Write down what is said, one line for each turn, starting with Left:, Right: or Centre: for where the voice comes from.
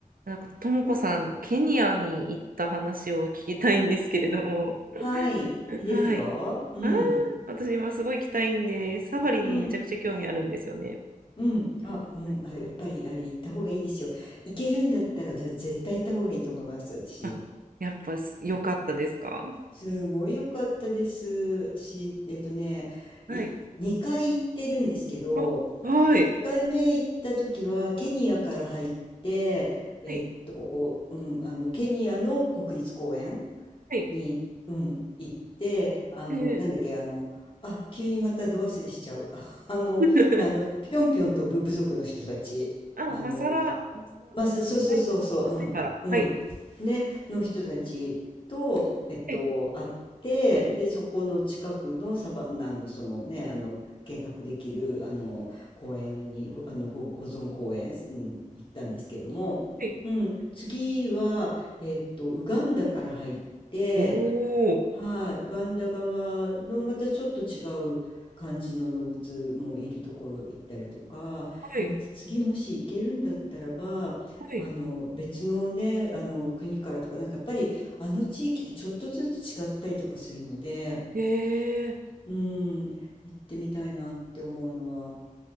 Right: なんか、ともこさん、ケニアに行った話を聞きたいんですけれども、
Left: はい、いいですよ。
Right: はい。
Left: うん、
Right: ああ、私今すごい行きたいんで、サファリめちゃくちゃ興味あるんですよね。
Left: うん、うん。あ、うん、
Right: はい
Left: あ、やっぱりあれ行った方がいいですよ。行けるんだったらぜ絶対行った方がいいと思います、私。
Right: あ、やっぱす良かったですか
Left: すごい良かったです。私、えっとね、
Right: はい。
Left: い、2回行ってるんですけど、
Right: あ、はい。
Left: 1回目行った時はケニアから入って、えっと、
Right: はい。
Left: うん、あの、ケニアの国立公園
Right: はい。
Left: に、うん、行って、あの、
Right: ええ
Left: なんだっけ、あの、あ、急にまたど忘れしちゃう。<laughs> あの、
Right: <laughs>
Left: あの、ぴょんぴょん飛ぶ部族の人たち、
Right: あ、
Left: あの、
Right: マサラ、マサ、マ
Left: まあ、そそうそうそうそう、
Right: サイ、マサイマラ。
Left: うん、
Right: はい。
Left: うん、ね、の人たちと、えっと、
Right: はい。
Left: 会って、で、そこの近くのサバンナの、そのね、あの、見学できる、あの、公園に、ほあの、ほ保存公園、うん、行ったんですけれども、
Right: はい。
Left: うん、次は、えっと、ウガンダから入って、
Right: おお、
Left: はい、ウガンダ側のまたちょっと違う感じの動物もいるところ行ったりとか、
Right: はい。
Left: いや、私次もし行けるんだったらば、
Right: はい。
Left: あの別のね、あの国からとか、なんかやっぱりあの地域ってちょっとずつ違ったりとかするので、
Right: ええ
Left: うん、行ってみたいなって思うのは、